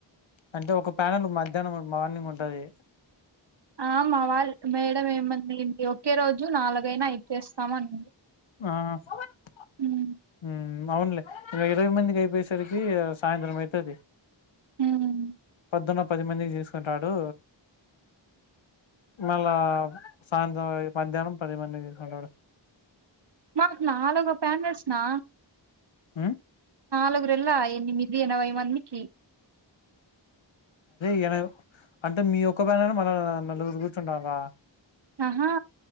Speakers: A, on the left (about 80°); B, on the right (about 60°).
A: అంటే ఒక ప్యానలు మధ్యానం మార్నింగ్ ఉంటది.
B: ఆ మా వాల్ మేడం ఏమంది అంటె ఒకే రోజు నాలుగైనా ఇచ్చేస్తాము అనింది
A: ఆ ఊ
B: హ్మ్.
A: అవునులే ఇలా ఇరవై మందికి అయిపోయేసరికీ సాయంత్రం అయితది
B: హ్మ్.
A: పొద్దున పది మందికి తీసుకుంటాడూ మళ్ళా సాయంత్రం మధ్యాహ్నం పది మందికి తీసుకుంటాడు
B: మాక్ నాలుగు ప్యానెల్స్ నా
A: ఉ
B: నాలుగు రెండ్లా ఎనిమిది ఎనవై మందికి
A: యేన అంటే మీ ఒక్క ప్యనెల మల నలుగురు కూర్చుంటాన్రా
B: అహా